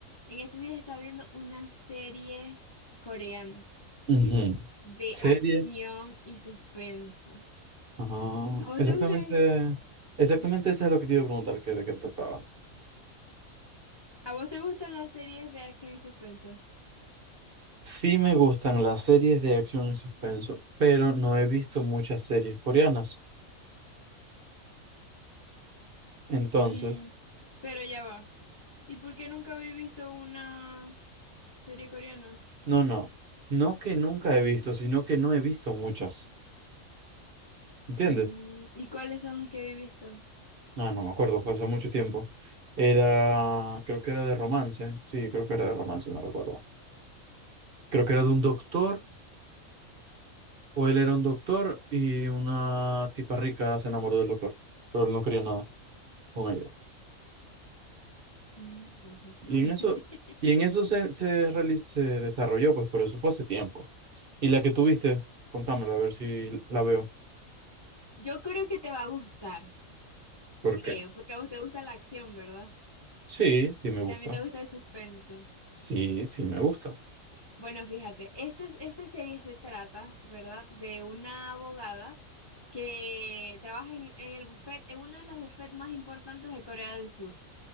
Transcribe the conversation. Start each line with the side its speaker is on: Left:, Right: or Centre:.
Left: En estos días estaba viendo una serie coreana
Right: Ujú.
Left: de
Right: Serie.
Left: acción y suspenso.
Right: Ah,
Left: ¿A vos
Right: exactamente,
Left: te gustan, es-
Right: exactamente
Left: Ujú.
Right: eso es lo que te iba a preguntar, que de qué trataba.
Left: ¿A vos te gustan las series de acción y suspenso?
Right: Sí me gustan las series de acción y suspenso, pero no he visto muchas series coreanas. Entonces,
Left: Mm, pero ya va. ¿Y por qué nunca habéis visto una serie coreana?
Right: no, no, no que nunca he visto, sino que no he visto muchas. ¿Entiendes?
Left: Mm, ¿y cuáles son las que habéis visto?
Right: Ah, no me acuerdo, fue hace mucho tiempo. Era, creo que era de romance, sí, creo que era de romance, no recuerdo. Creo que era de un doctor O él era un doctor y una tipa rica se enamoró del doctor, pero él no quería nada con ella.
Left: Mm, no, no sé
Right: Y
Left: cuál
Right: en eso,
Left: es. <laughs>
Right: y en eso se, se, reali- se desarrolló, pues, pero eso fue hace tiempo. Y la que tuviste, contámela a ver si la veo.
Left: Yo creo que te va a gustar,
Right: ¿Por
Left: creo,
Right: qué?
Left: porque a vos te gusta la acción, ¿verdad?
Right: Sí, sí me
Left: Y
Right: gusta.
Left: también te gusta el suspenso.
Right: Sí, sí me gusta.
Left: Bueno, fíjate, esta, esta serie se trata, ¿verdad?, de una abogada que trabaja en, en el buffet, en uno de los bufetes más importantes de Corea del Sur.